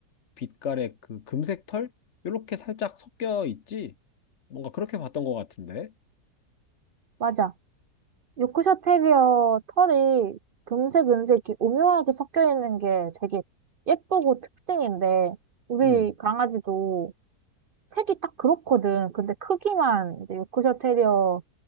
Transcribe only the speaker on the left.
빛깔의 그 금색 털? 요렇게 살짝 섞여 있지? 뭔가 그렇게 봤던 것 같은데.
음.